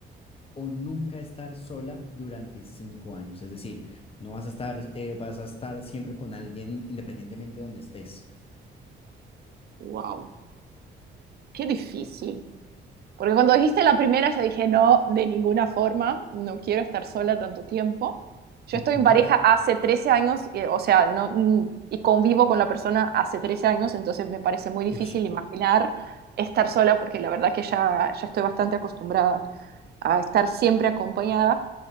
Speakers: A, on the left; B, on the right.
A: o nunca estar sola durante cinco años. Es decir, no vas a estar, eh, vas a estar siempre con alguien independientemente de donde estés.
B: wow, qué difícil. Porque cuando dijiste la primera, yo dije, no, de ninguna forma, no quiero estar sola tanto tiempo. Yo
A: Ujú.
B: estoy en pareja hace 13 años, eh, o sea, no, mm, y convivo con la persona hace 13 años, entonces me parece muy difícil
A: Ush.
B: imaginar estar sola, porque la verdad que ya, ya estoy bastante acostumbrada a estar siempre acompañada,